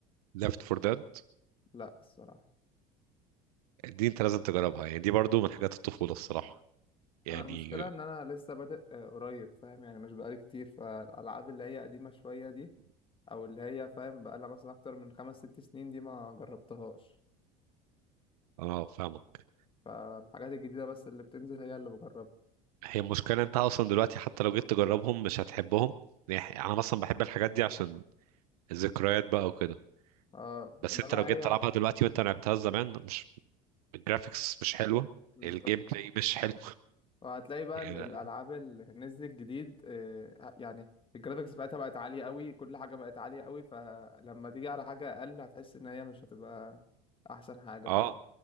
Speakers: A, on the right (about 85°); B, on the left (about 30°).
A: ليفت فور ديد
B: لا الصراحة
A: دي انت لازم تجربها يعني دي برضو من حاجات الطفولة الصراحة يعني
B: انا المشكله ان انا لسه بادئ آه، قريب فاهم يعني مش بقالي كتير فالالعاب اللي هي قديمه شويه دي او اللي هي فاهم بقالها مثلا اكتر من خمس ست سنين دي ما جربتهاش
A: انا فاهمك
B: فالحاجات الجديده بس اللي بتنزل هي اللي بجربها
A: هي المشكلة انت اصلا دلوقتي حتى لو جيت تجربهم مش هتحبهم يعني انا مثلا بحب الحاجات دي عشان الذكريات بقى وكده
B: اه
A: بس
B: انما
A: انت لو جيت
B: هي
A: تلعبها دلوقتي وانت لعبتها زمان مش الجرافيكس مش حلوه
B: بالظبط
A: الجيم بلاي مش حلو
B: وهتلاقي بقى
A: <laughs> يعني
B: ال-
A: لا.
B: الالعاب اللي نزلت جديد آه، يعني الجرافيكس بتاعتها بقت عاليه قوي كل حاجه بقت عاليه قوي فلما تيجي على حاجه اقل هتحس ان هي مش هتبقى احسن حاجه
A: اه
B: فاهم